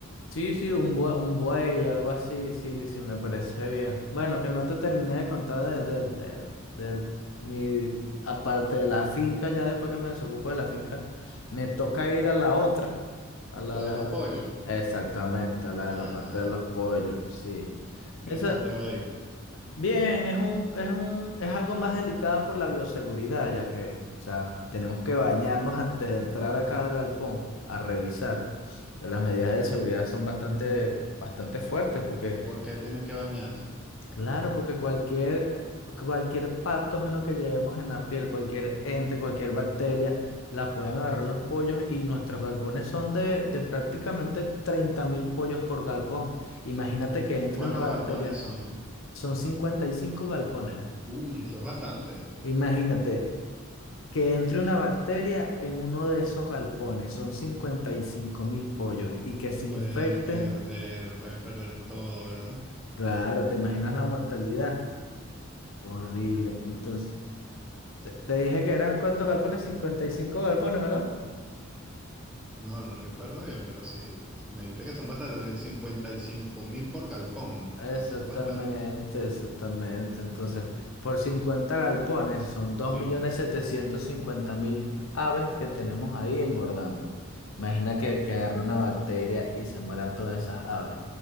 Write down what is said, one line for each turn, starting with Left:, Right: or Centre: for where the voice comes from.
Left: Sí, sí, un buey, un buey, algo así, sí, sí, me parece bien. Bueno, que no te terminé de contar de, de, de, de mi, aparte de la finca, ya después que me desocupo de la finca, me toca ir a la otra, a la,
Centre: ¿A la
Left: la,
Centre: de los
Left: la-
Centre: pollos?
Left: exactamente, a la
Centre: Ah,
Left: de la parte de los pollos, sí. Esa.
Centre: ¿qué tal te va a ir?
Left: Bien, es un, es un, es algo más delicado por la bioseguridad, ya que, o sea, tenemos que bañarnos antes de entrar a cada galpón a revisar. Las medidas de seguridad son bastante, bastante fuertes, porque,
Centre: ¿Y por qué tienen que bañarse?
Left: claro, porque cualquier, cualquier patógeno que llevemos en la piel, cualquier ente, cualquier bacteria, la pueden agarrar los pollos y nuestros galpones son de, de prácticamente treinta mil pollos por galpón. Imagínate que entre
Centre: ¿Cuántos
Left: una bacteria,
Centre: galpones son?
Left: son 55 galpones.
Centre: Uy, eso es bastante.
Left: Imagínate que entre una bacteria en uno de esos galpones, son cincuenta y cinco mil pollos, y que se
Centre: Pueden
Left: infecten,
Centre: perder, pueden perder todo, ¿verdad?
Left: claro, ¿te imaginas la mortalidad? Horrible. Entonces, te, te dije que eran cuántos galpones, 55 galpones, ¿verdad?
Centre: No, no recuerdo bien, pero sí. Me dijiste que son bastante, 55 mil por galpón.
Left: Exactamente,
Centre: Eso es bastante.
Left: exactamente. Entonces, por 50 galpones son dos
Centre: Cinco,
Left: millones setecientos
Centre: eh,
Left: cincuenta mil aves que tenemos ahí engordando. Imagina que, que agarre una bacteria y se mueran todas esas aves.